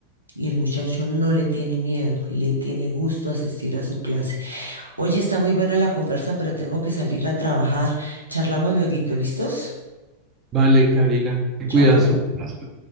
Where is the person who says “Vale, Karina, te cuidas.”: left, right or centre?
Right